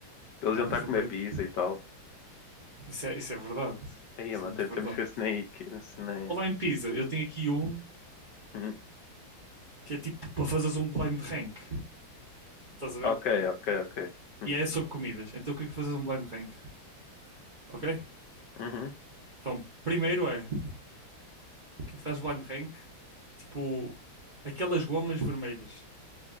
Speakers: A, on the left (about 70°); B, on the right (about 35°).
A: Eles
B: É,
A: iam
B: mas
A: estar a
B: não
A: comer
B: pronto.
A: pizza e tal.
B: Isso é, isso é verdade.
A: Aí,
B: Isso
A: mano,
B: é muito
A: tem-
B: verdade.
A: temos que ver se nem. Se nem...
B: Falar em pizza, eu tenho aqui um
A: Hum.
B: que é tipo para fazeres um blind rank. Estás a ver?
A: Ok, ok, ok. Hum.
B: E é sobre comidas. Então o que é que fazes um blind rank? Ok?
A: Uhum.
B: Então, primeiro é, o que é que fazes blind rank? Tipo, aquelas gomas vermelhas.